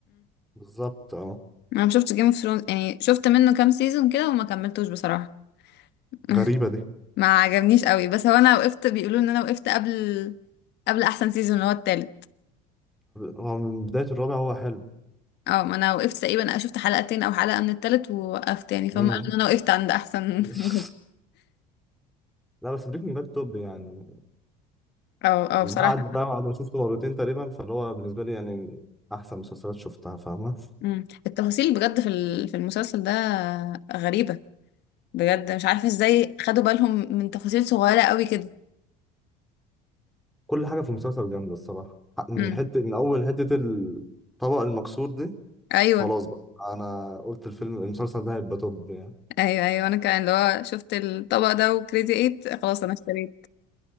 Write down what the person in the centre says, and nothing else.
فبالظبط اه
غريبه دي
هو من بدايه الرابع هو حلو
امم
<laughs>
لا بس بريكنج باد توب يعني
بعد
بقى بعد ما شفته مرتين تقريبا فاللي هو بالنسبة لي يعني أحسن مسلسلات شفتها فاهمة
كل حاجة في المسلسل جامدة الصراحة من
حتة من أول حتة الطبق المكسور دي
خلاص بقى أنا قلت الفيلم المسلسل ده هيبقى توب يعني